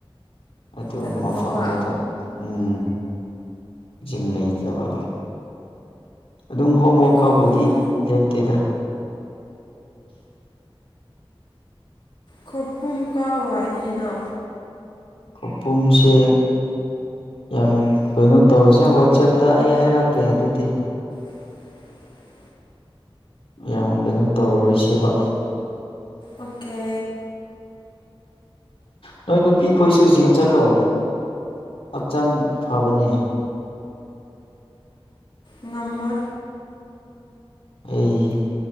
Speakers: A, on the left; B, on the left.
A: ꯑꯗꯨ
B: ꯊꯕꯛ
A: ꯃꯐꯝꯗꯨꯗ
B: ꯇꯧꯕ
A: ꯎꯝ ꯝ ꯂꯩ ꯀꯕ ꯑꯗꯨꯝ ꯍꯣꯝꯋꯔꯥꯛꯀꯥꯎꯕꯨꯗꯤ
B: ꯈꯧꯄꯨꯝ
A: ꯂꯦꯞꯇꯦꯗ
B: ꯈꯣꯄꯨꯝ ꯀꯋꯥꯔꯤꯅ
A: ꯈꯨꯄꯨꯝꯁꯦ ꯌꯥꯝ ꯀꯩꯅꯣ ꯇꯧꯔꯁꯦ ꯋꯥꯆꯦꯞꯇ ꯑꯩ ꯍꯥꯏꯔꯛꯀꯦ ꯑꯗꯨꯗꯤ
B: <inaudible>
A: ꯌꯥꯝ ꯀꯩꯅꯣ ꯇꯧꯔꯔꯣꯏꯁꯦꯕ
B: ꯑꯣꯀꯦ
A: ꯅꯣꯏ ꯅꯨꯄꯤ ꯈꯣꯏꯁꯨ ꯖꯤꯝ ꯆꯠꯂꯣ ꯍꯛꯆꯥꯡ ꯐꯕꯅꯦ
B: ꯉꯃ
A: ꯎꯝ